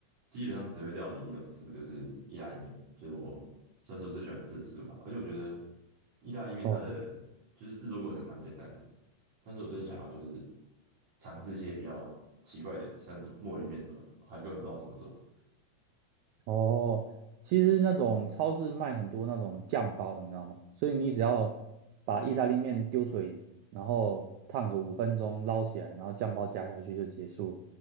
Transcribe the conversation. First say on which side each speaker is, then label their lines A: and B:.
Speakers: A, on the right; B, on the right.
A: 基本上只会料理一种食物，就是意大利面，就是我算是我最喜欢吃的食物吧。而且我觉得意大利面它的
B: 哦，
A: 就是制作过程蛮简单的，但是我最近想要就是尝试一些比较奇怪一点的，像是什么墨鱼面什么的，我还根本不知道怎么做。
B: 哦，其实那种超市卖很多那种酱包，你知道吗？所以你只要把意大利面丢水里，然后烫个五分钟捞起来，然后酱包加下去就结束了